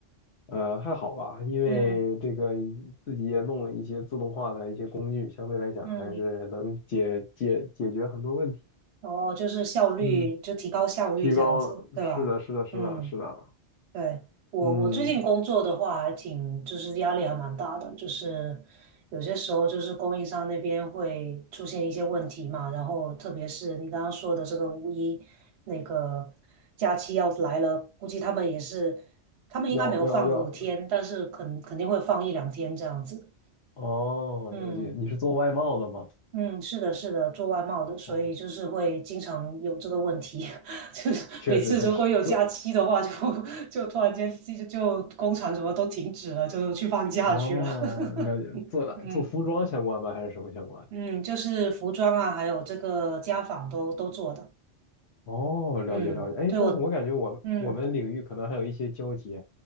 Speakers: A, on the left (about 70°); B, on the right (about 65°).
A: 呃，还好吧，因为这个
B: 嗯
A: 自己也弄了一些自动化的一些工具，相对来讲还是能解解解决很多问题，
B: 嗯，哦，就是效率，
A: 嗯，
B: 就提高效率这样子，
A: 提高了，
B: 对吧？
A: 是的，是的，是的，
B: 嗯。
A: 是的，
B: 对，我我最近工作的话，
A: 嗯，
B: 还挺就是压力还蛮大的，就是有些时候就是供应商那边会出现一些问题嘛，然后特别是你刚刚说的这个五一那个假期要来了，估计他们也是，他们应该没有放五天，
A: 要要要，
B: 但是肯肯定会放一两天这样子。
A: 哦，
B: 嗯。
A: 了解，你是做外贸的吗？
B: 嗯，是的，是的，做外贸的，所以就是会经常有这个问题，
A: 哦，
B: <laughs> 就是每次如果有假期的话就，
A: 确实确实，做
B: <laughs> 就突然间就就工厂什么都停止了，就去放假去了。
A: 哦，了解，
B: <laughs>
A: 做哪做服装相关吗？
B: 嗯
A: 还是什么相关的？
B: 嗯，就是服装啊，还有这个家纺都都做的。
A: 哦，了解了解。
B: 嗯，
A: 哎，
B: 对我，
A: 那我感觉我们我们领域可能还有一些交集。
B: 嗯，